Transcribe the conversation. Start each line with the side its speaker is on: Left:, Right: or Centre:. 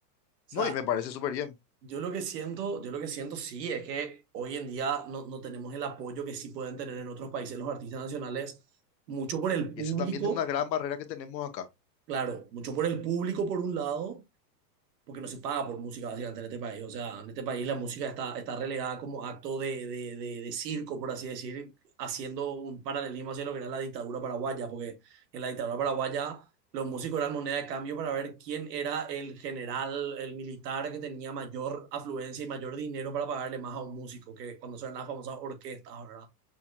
Right: sea,
Left: No, y me parece súper bien.
Right: Yo lo que siento, yo lo que siento sí es que hoy en día no, no tenemos el apoyo que sí pueden tener en otros países los artistas nacionales, mucho por el
Left: Y
Right: público,
Left: esa también es una gran barrera que tenemos acá.
Right: claro, mucho por el público por un lado, porque no se paga por música básicamente en este país. O sea, en este país la música está, está relegada como acto de, de, de, de circo, por así decir, haciendo un paralelismo hacia lo que era la dictadura paraguaya, porque en la dictadura paraguaya los músicos eran moneda de cambio para ver quién era el general, el militar que tenía mayor afluencia y mayor dinero para pagarle más a un músico, que cuando son las famosas orquestas, ¿verdad?